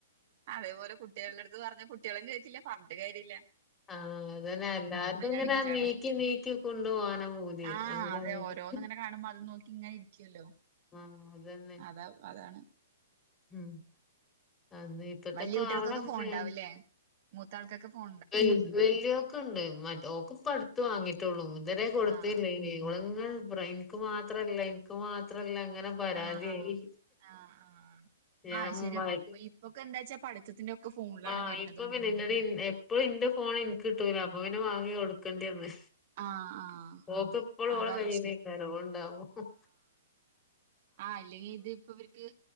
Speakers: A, on the right; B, on the left.
A: അതേപോലെ കുട്ടികളുടെ അടുത്ത് പറഞ്ഞ കുട്ടികളും കേൾക്കില്ല പറഞ്ഞിട്ട് കാര്യല്ല
B: ആഹ അതനെ എല്ലാർക്കും ഇങ്ങനെ
A: അഡിക്റ്റ്
B: നീക്കി
A: ആണ്
B: നീക്കി കൊണ്ടു പോകാനാ പോ അതെ
A: ആഹ്
B: അങ്ങന
A: അതെ ഓരോന്ന് ഇങ്ങനെ കാണുമ്പോ അത് നോക്കി ഇങ്ങനെ ഇരിക്കുവല്ലോ
B: ആഹ അതന്നെ
A: അതാ അതാണ്
B: ഉം ഇപ്പത്തെ
A: വലിയ
B: കാല
A: കുട്ടികൾക്കൊക്കെ
B: ങ്ങന
A: ഫോൺ ഉണ്ടാവൂല്ലേ മൂത്ത ആൾക്കൊക്ക ഫോ
B: വ വല്യ ഒക്കെ ഉണ്ട് മറ്റേ ഓക്ക പടുത്തത്ത് വാങ്ങിയിട്ടുള്ളൂ ഇതരെേ കൊടുത്തല്ലേ
A: ആഹ് ആഹ്
B: ങ്ങങ്ങ എനിക്ക് മാത്രല്ല എനിക്ക് മാത്രല്ല അങ്ങനെ പരാതിയായി
A: ആഹ ആഹ് ആ
B: ഞാൻ
A: ആഹ് ശരി അപ്പ ഇപ്പൊ ഇപ്പൊക്കെ എന്താ വച്ചാ പഠിത്തത്തിന്റെ ഒക്കെ ഫോണിലാണ്
B: ആഹ്
A: വരുന്നതും
B: ഇപ്പൊ പിന്നെ ഇന്നെടെ എപ്പഴും ഇന്റെ ഫോണിൻക്ക് കിട്ടൂല അപ്പൊ പിന്നെ വാങ്ങി കൊടുക്കണ്ടിയെന്ന്
A: ആഹ് ആഹ്
B: ഓക്കെപ്പളും
A: അതാ
B: ഓളെ കയ്യിലേക്കാരം
A: പ്രശ്നേ
B: ഓള്ണ്ടാവുമ്പം
A: ആ അല്ലെങ്കിൽ ഇതിപ്പോ ഇവർക്ക്